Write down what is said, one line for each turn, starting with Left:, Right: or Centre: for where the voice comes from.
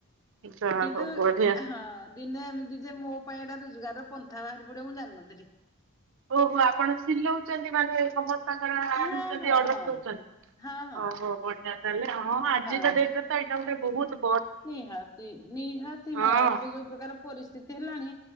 Right: ଯାହା
Left: କିନ୍ତୁ
Right: ହଉ ବଢିଆ।
Left: ହଁ। ଦିନେ ଏମିତି ଯେ ମୋ ପାଇଁ ଏଇଟା ରୋଜଗାରର ପନ୍ଥା ବାହାରି ପଡିବ ମୁଁ ଜାଣିନଥିଲି।
Right: ଓହୋ ଆପଣ ସିଲଉଛନ୍ତି ମାନେ ସମସ୍ତେ ତାଙ୍କର ଆଣୁଚନ୍ତି
Left: ହଁ ହଁ
Right: ଅର୍ଡର
Left: ହଁ
Right: ଦଉଚନ୍ତି
Left: ହଁ ହଁ
Right: ଓହୋ। ବଢିଆ ତାହେଲେ ହଁ ଆଜିିକା
Left: ହଁ।
Right: ଡେଟରେ ତ ଏଇଟା ଗୋଟେ ବୋହୁତ
Left: ନିହାତି ନିହାତି
Right: ହଁ
Left: ମା ଏବେ ଯୋଉ ପ୍ରକାର ପରିସ୍ଥିତି ହେଲାଣି